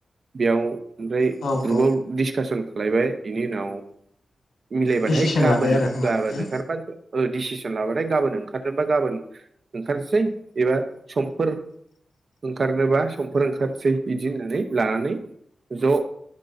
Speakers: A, on the right (about 45°); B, on the left (about 80°).
A: बेयाव ओमफ्राय
B: औ
A: ग्रुपाव
B: औ
A: डिसकासन खालायबाय बेनि उनाव मिलायबाथाय
B: डिसिसन
A: गाबोन
B: लाबाय आरो होमबाना
A: गाबोन
B: ना
A: ओंखारबा डिसिसन लाबाथाय फ्राय गाबोन ओंखारनोबा गाबोन ओंखारसै एबा समफोर ओंखारनोबा समफोर ओंखारसै इदि होननानै लानानै ज'